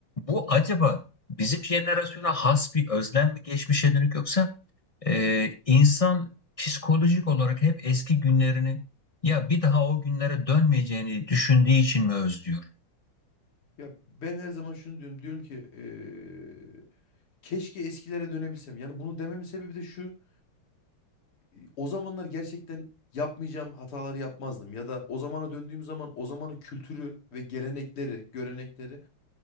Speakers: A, on the left (about 40°); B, on the left (about 90°).
A: Bu acaba bizim jenerasyona has bir özlem mi geçmişe dönük yoksa e, insan psikolojik olarak hep eski günlerini ya bir daha o günlere dönmeyeceğini düşündüğü için mi özlüyor?
B: Ya ben her zaman şunu diyorum. Diyorum ki e, keşke eskilere dönebilsem. Yani bunu dememin sebebi de şu. e, o zamanlar gerçekten yapmayacağım hataları yapmazdım. Ya da o zamana döndüğüm zaman o zamanın kültürü ve gelenekleri, görenekleri